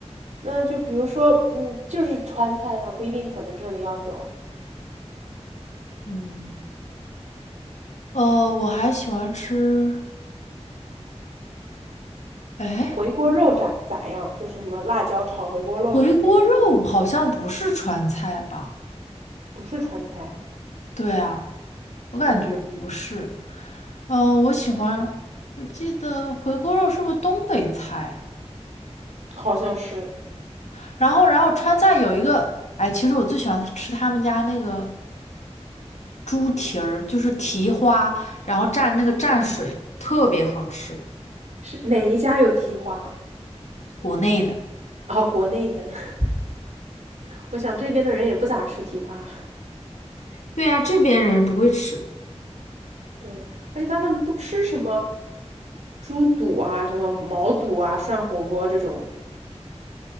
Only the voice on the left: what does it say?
嗯，呃，我还喜欢吃，哎，
回锅肉好像不是川菜吧？
对啊，我感觉不是。
呃，我喜欢，我记得回锅肉是不是东北菜
呀然后，然后川菜有一个，哎，其实我最喜欢吃他们家那个猪蹄儿，就是蹄花，然后蘸那个蘸水，特别好吃，
国内的。
对呀，这边人不会吃，